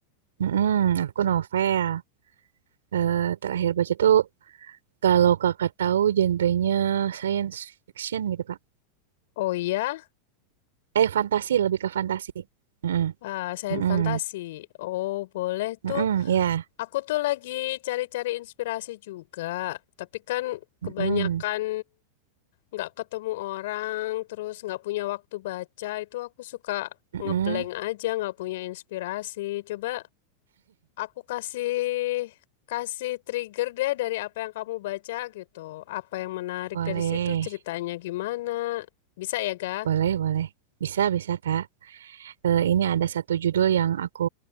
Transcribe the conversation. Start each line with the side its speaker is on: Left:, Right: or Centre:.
Right: Mm-mm, aku novel. Eh, terakhir baca tuh, kalau kakak tahu genrenya science fiction gitu Kak.
Left: Oh iya,
Right: Eh, fantasi, lebih ke fantasi. Mm-mm,
Left: eh, sains
Right: mm-mm,
Left: fantasi. Oh, boleh
Right: mm-mm,
Left: tuh.
Right: ya.
Left: Aku tuh lagi cari-cari inspirasi juga. Tapi kan
Right: Mm-mm,
Left: kebanyakan nggak ketemu orang, terus nggak punya waktu baca, itu aku suka
Right: mm-mm.
Left: ngeblank aja, nggak punya inspirasi. Coba aku kasih kasih trigger deh dari apa yang kamu baca gitu. Apa yang menarik
Right: <laughs> Boleh.
Left: dari situ, ceritanya gimana? Bisa ya, Ga?
Right: Boleh, boleh. Bisa, bisa, Kak. Eh, ini ada satu judul yang aku